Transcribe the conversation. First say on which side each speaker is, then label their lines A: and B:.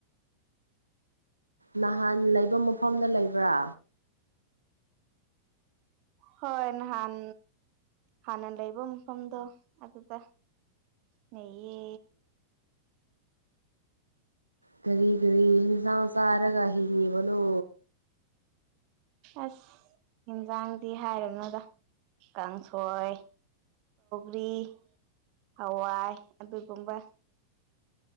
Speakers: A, on the right (about 85°); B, on the right (about 45°).
A: ꯅꯍꯥꯟ ꯂꯩꯕ ꯃꯐꯝꯗ ꯂꯩꯕ꯭ꯔꯥ
B: ꯍꯣꯏ ꯅꯍꯥꯟ ꯍꯥꯟꯅ ꯂꯩꯕ ꯃꯐꯝꯗꯣ ꯑꯗꯨꯗ ꯅꯌꯦ
A: ꯀꯔꯤ ꯀꯔꯤ ꯍꯁꯥꯡꯁꯥꯔꯒꯍꯤꯅꯤꯂꯣ
B: ꯑꯁ ꯌꯦꯟꯖꯥꯡꯗꯤ ꯍꯥꯏꯔꯅꯨꯗ ꯀꯥꯡꯁꯣꯏ ꯭ꯔꯤ ꯍꯋꯥꯏ ꯑꯗꯨꯒꯨꯝꯕ